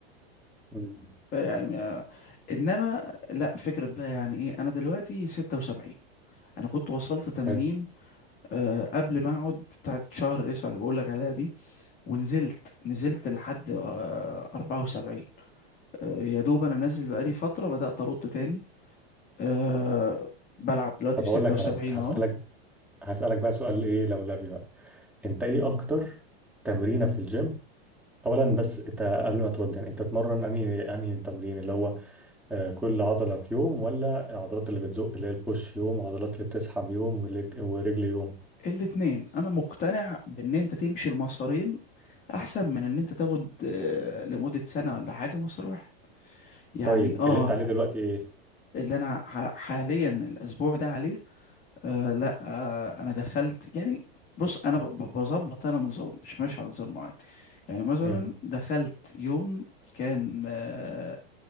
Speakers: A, in the centre; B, on the left.
A: أمم.
B: يعني آه، انما لا فكرة بقى يعني ايه انا دلوقتي 76 انا كنت وصلت 80
A: حلو
B: آه، قبل ما اقعد بتاعت شهر 9 اللي بقول لك عليها دي ونزلت نزلت لحد آه، 74 آه، يا دوب انا نازل بقالي فترة بدأت ارد تاني آه، بلعب دلوقتي
A: طب
B: في
A: اقول
B: 76
A: لك على س- هسألك
B: اهو
A: هسألك بقى سؤال ايه لولبي بقى انت ايه اكتر تمرينة في الجيم اولا بس انت قبل ما تودي يعني انت تتمرن انهي انهي تمرين اللي هو آه، كل عضلة في يوم ولا العضلات اللي بتزق اللي هي البوش يوم وعضلات اللي بتسحب يوم ولج- ورجل يوم
B: الاتنين انا مقتنع بان انت تمشي المسارين احسن من ان انت تاخد آه، لمدة سنة ولا حاجة مسار واحد يعني
A: طيب
B: اه
A: اللي انت عليه دلوقتي ايه
B: اللي انا ح- حاليا الاسبوع ده عليه آه لا آه انا دخلت يعني بص انا ب- ب- بظبط انا نظام مش ماشي على نظام معين يعني مثلا
A: امم
B: دخلت يوم كان آه